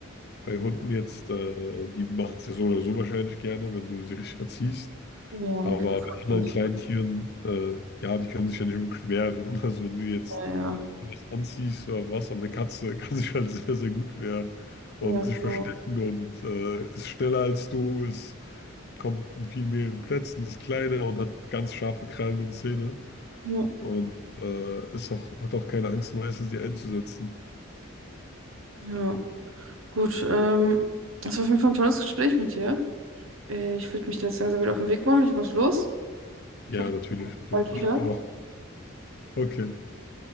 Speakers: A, on the left; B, on the right.
A: bei Hunden jetzt, äh, die machen es ja so oder so wahrscheinlich gerne, wenn du sie richtig erziehst.
B: Ja, Amerikaner.
A: Aber bei anderen
B: Ja,
A: kleinen Tieren, äh, ja, die können sich ja nicht wirklich wehren. <laughs> Also wenn du jetzt
B: ja.
A: was anziehst oder was, aber eine Katze <laughs> kann sich halt sehr, sehr gut wehren und
B: Ja,
A: sich verstecken
B: genau.
A: und äh, ist schneller als du, ist kommt in viel mehreren Plätzen, ist kleiner und hat ganz scharfe Krallen und Zähne
B: Ja.
A: und äh, ist auch, hat auch keine Angst, meistens die einzusetzen.
B: Ja, gut. Ähm, das war auf jeden Fall ein tolles Gespräch mit dir. Äh, Ich würde mich da jetzt langsam wieder auf den Weg machen. Ich muss los.
A: Ja,
B: Ich hoffe,
A: natürlich.
B: wir sehen uns
A: Okay.
B: bald wieder.
A: Ich auch. Okay.